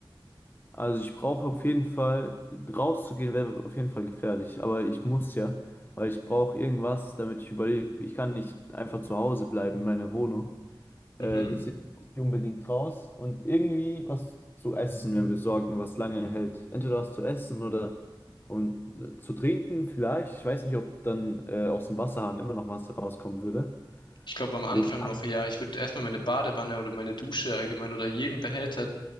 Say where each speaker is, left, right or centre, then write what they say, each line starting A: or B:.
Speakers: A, on the left; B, on the left.
A: Also ich brauche auf jeden Fall, rauszugehen wäre auf jeden Fall gefährlich, aber ich muss ja, weil ich brauche irgendwas, damit ich überlebe. Ich kann nicht einfach zu Hause bleiben in meiner Wohnung.
B: Mhm.
A: Äh, Mhm. deswegen muss ich unbedingt raus und irgendwie was zu essen mir besorgen, was lange hält. Entweder was zu essen oder und äh, zu trinken vielleicht. Ich weiß nicht, ob dann äh, aus dem Wasserhahn immer noch Wasser rauskommen würde.
B: Ich glaube am Anfang
A: Wegen-
B: noch, ja. Ich würde erstmal meine Badewanne oder meine Dusche allgemein oder jeden Behälter,